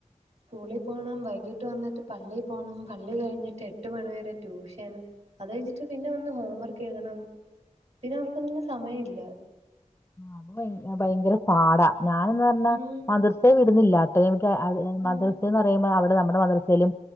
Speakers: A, on the right (about 55°); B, on the left (about 20°).
A: സ്കൂളിൽ പോകണം വൈകീട്ട് വന്നിട്ട് പള്ളിയി പോകണം പള്ളി കഴിഞ്ഞിട്ട് എ ട്ട് മണിവരെ ട്യൂഷൻ അത് കഴിഞ്ഞിട്ട് പിന്നെ വന്ന് ഹോം വർക്ക് എഴുതണം പിന്നെ അവർക്കൊന്നും സമയം ഇല്ല
B: അത് ഭയങ്കര പാടാ ഞാനന്ന് പറഞ്ഞ
A: ഉം
B: മദർസ വിടുന്നില്ലാ മദ്രസന്ന്
A: ഉം
B: പറയുമ്പോ അവിടെ നമ്മുടെ മദ്രസയിലും